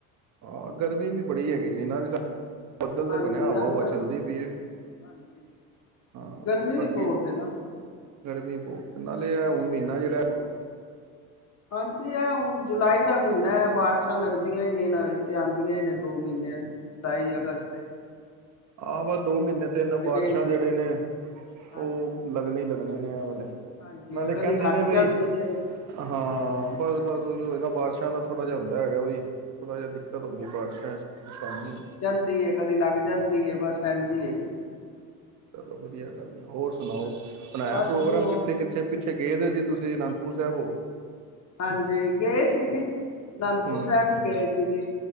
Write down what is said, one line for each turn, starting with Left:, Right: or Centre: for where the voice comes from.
Right: ਹਾਂ ਗਰਮੀ ਵੀ ਬੜੀ ਹੈਗੀ ਸੀ ਨਾ ਅੱਜ ਸਾ। ਬੱਦਲ
Left: ਹਾਂਜੀ
Right: ਤੇ ਬਣਿਆ ਹਵਾ
Left: ਅੱਜ
Right: ਹਵਾ
Left: ਕੱਲ
Right: ਚੱਲਦੀ ਪਈ ਏ।
Left: ਹਾਂਜੀ।
Right: ਹਾਂ
Left: ਗਰਮੀ
Right: ਬਾਕੀ
Left: ਵੀ ਬਹੁਤ ਹੈ ਨਾ
Right: ਗਰਮੀ ਬਹੁਤ। ਨਾਲੇ ਇਹ
Left: ਹਾਂ
Right: ਹੈ ਹੁਣ ਮਹੀਨਾ
Left: ਗਰਮੀ
Right: ਜਿਹੜਾ।
Left: ਬਹੁਤ ਹਾਂਜੀ ਹੈ ਹੁਣ ਜੁਲਾਈ ਦਾ ਮਹੀਨਾ ਹੈ। ਬਾਰਿਸ਼ਾਂ ਲੱਗਦੀਆਂ ਹੀ ਨੇ ਇਹਨਾਂ ਵਿੱਚ ਆਉਂਦੀਆਂ ਹੀ ਨੇ ਦੋ ਮਹੀਨਿਆਂ। ਜੁਲਾਈ ਅਗਸਤ ਤੇ।
Right: ਆਹ ਵਾ ਦੋ ਮਹੀਨੇ ਤਿੰਨ ਬਾਰਿਸ਼ਾਂ
Left: ਗਈ
Right: ਜਿਹੜੇ ਨੇ
Left: ਹਾਂਜੀ
Right: ਉਹ ਲ। ਲੱਗਣੇ ਲੱਗਣੇ ਨੇ ਆ ਵਾਲੇ
Left: ਹਾਂਜੀ
Right: ਨਾਲੇ
Left: ਕਦੇ
Right: ਕਹਿੰਦੇ
Left: ਹਟ
Right: ਨੇ ਬਈ
Left: ਜਾਂਦੀ ਏ!
Right: ਹਾਂ ਬਸ ਬਸ ਉਹੀਓ ਨਾ ਬਾਰਸ਼ਾਂ ਦਾ ਥੋੜਾ ਜਿਹਾ ਹੁੰਦਾ ਹੈਗਾ ਬਈ ਥੋੜ੍ਹਾ ਜਿਹਾ ਦਿੱਕਤ ਹੁੰਦੀ ਬਾਰਿਸ਼ਾਂ ਚ ਸਾਨੂੰ
Left: ਏ ਕਦੀ ਲੱਗ ਜਾਂਦੀ ਬਸ ਇੰਝ ਆ ਜੀ।
Right: ਚਲੋ ਵਧੀਆ ਗੱਲ ਹੋਰ ਸੁਣਾਓ
Left: ਹਾਂਜੀ
Right: ਬਣਾਇਆ
Left: ਬਸ
Right: ਪ੍ਰੋਗਰਾਮ
Left: ਜੀ ਹੋਰ
Right: ਕਿੱਥੇ ਕਿੱਥੇ ਪਿੱਛੇ ਪਿੱਛੇ ਗਏ ਦੇ ਸੀ ਤੁਸੀਂ ਅਨੰਦਪੁਰ ਸਾਹਿਬ।
Left: ਹਾਂਜੀ ਗਏ ਸੀ ਜੀ। ਅਨੰਦਪੁਰ
Right: ਹੂੰ
Left: ਸਾਹਿਬ ਵੀ ਗਏ ਸੀ ਜੀ